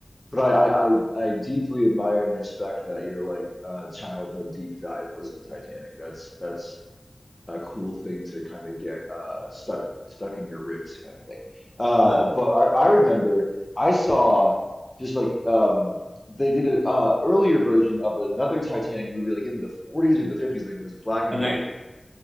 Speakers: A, on the left (about 20°); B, on the right (about 35°).
A: but I, I I I deeply admire and respect that your like uh, childhood deep dive was the Titanic. That's that's a cool thing to kind of get uh, stuck stuck in your ribs kind of thing. Uh,
B: Uh,
A: but I, I remember I saw just like um, they did an uh, earlier version of another Titanic movie, like in the 40s or the 50s, like it was black and
B: a night,
A: white.